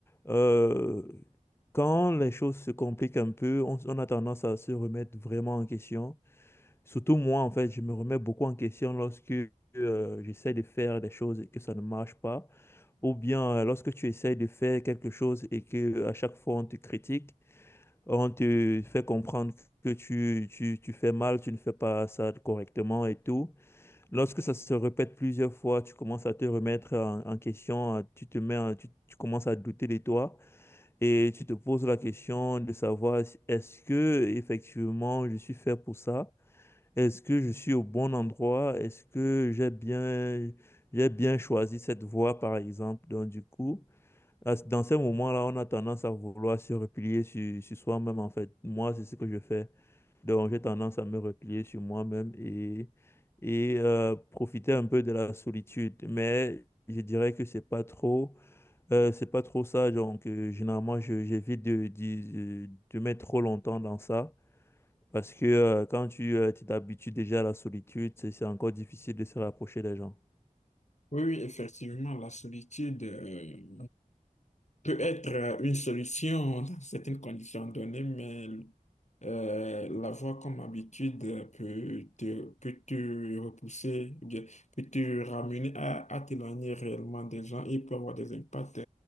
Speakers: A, on the left (about 20°); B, on the left (about 55°).
A: euh, quand les choses se compliquent un peu, on, on a tendance à se remettre vraiment en question. Surtout moi, en fait, je me remets beaucoup en question lorsque euh, j'essaie de faire des choses et que ça ne marche pas. Ou bien euh, lorsque tu essayes de faire quelque chose et que euh, à chaque fois on te critique, on te fait comprendre que tu, tu, tu fais mal, tu ne fais pas ça correctement et tout. Lorsque ça se répète plusieurs fois, tu commences à te remettre en, en question, à- tu te mets, en- tu, tu commences à douter de toi et tu te poses la question de savoir est-ce que effectivement je suis fait pour ça? Est-ce que je suis au bon endroit? Est-ce que j'ai bien, j'ai bien choisi cette voie, par exemple? Donc, du coup, à ce- Dans ces moments-là, on a tendance à vouloir se replier sur, sur soi-même, en fait. Moi, c'est ce que je fais. Donc, j'ai tendance à me replier sur moi-même et, et euh, profiter un peu de la solitude. Mais je dirais que c'est pas trop, euh, c'est pas trop ça. Donc, euh, généralement, je- j'évite de, de, de- de mettre trop longtemps dans ça. Parce que euh, quand tu euh, tu t'habitues déjà à la solitude, c'est c'est encore difficile de se rapprocher des gens.
B: Oui, oui, effectivement, la solitude. euh, peut être euh, une solution dans certaines conditions données, mais euh, l'avoir comme habitude euh, peut te, peut te repousser, ou bien peut te ramener à, à t'éloigner réellement des gens et peut avoir des impacts